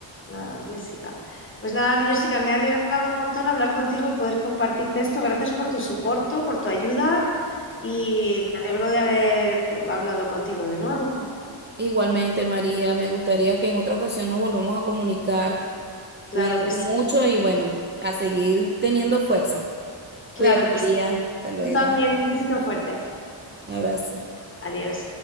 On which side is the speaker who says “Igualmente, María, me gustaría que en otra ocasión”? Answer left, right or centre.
Right